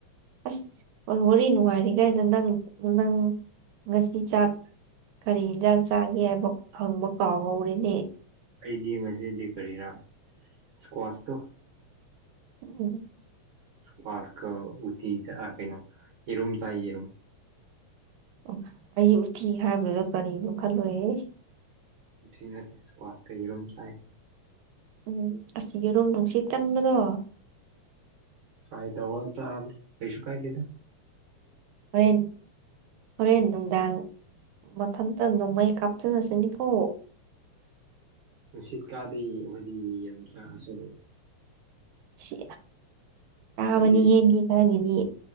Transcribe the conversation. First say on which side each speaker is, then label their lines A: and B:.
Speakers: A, on the right (about 80°); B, on the right (about 60°).
A: ꯑꯁ ꯍꯣꯏ ꯍꯣꯔ ꯅꯨꯡꯉꯥꯏꯔꯤꯈꯩꯗ ꯅꯪ ꯅꯪ ꯉꯁꯤ ꯆꯥꯛ ꯀꯔꯤ ꯌꯦꯟꯁꯥꯡ ꯆꯥꯒꯦ ꯍꯥꯏꯕ ꯍꯪꯕ ꯀꯥꯎꯍꯧꯔꯦꯅꯦ
B: ꯑꯩꯗꯤ ꯉꯁꯤꯗꯤ ꯀꯔꯤꯔꯥ ꯏꯁꯀ꯭ꯋꯥꯁꯇꯣ
A: ꯎꯝ
B: ꯏꯁꯀꯋꯥꯁꯀ ꯎꯇ ꯆ ꯀꯩꯅꯣ ꯍꯔ ꯆ ꯍꯨꯝ
A: ꯑꯣ ꯑꯩꯁ ꯎꯇꯤ ꯍꯥꯏꯕꯗ ꯀꯔꯤꯅꯣ ꯈꯜꯂꯨꯔꯦꯍꯦ
B: ꯊꯤ ꯅꯠꯇꯦ ꯋꯥꯁ ꯀꯩꯔꯨꯝ ꯆꯥꯏ
A: ꯎꯝ ꯑꯁꯤꯁ ꯌꯦꯔꯨꯝ ꯅꯨꯡꯁꯤꯠ ꯀꯟꯕꯗꯣ
B: ꯐꯥꯏ ꯇꯧ ꯆꯕ ꯀꯩꯁꯨ ꯀꯥꯏ ꯂꯤꯗ
A: ꯍꯣꯔꯦꯟ ꯍꯣꯔꯦꯟ ꯅꯨꯡꯗꯥꯡ ꯃꯊꯟꯇ ꯅꯣꯡꯃꯩ ꯀꯥꯞꯆꯔꯁꯤꯅꯤꯀꯣ
B: ꯅꯨꯡꯁꯤꯠꯀꯥꯗꯤ ꯍꯣꯏꯗꯤ ꯑꯗꯨ ꯆꯥꯉꯁꯨ
A: ꯁꯤ ꯀꯥꯕꯅꯤ
B: ꯑꯩꯈꯣꯏꯗꯤ
A: ꯌꯦꯡꯅꯤ ꯍꯥꯏꯒꯤꯦꯅꯤ